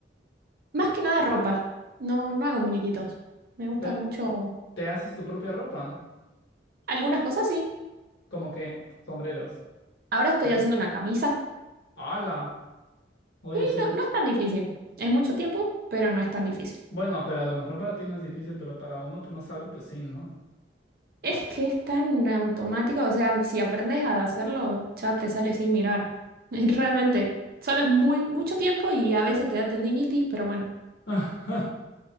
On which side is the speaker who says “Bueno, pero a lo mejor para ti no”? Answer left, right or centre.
Left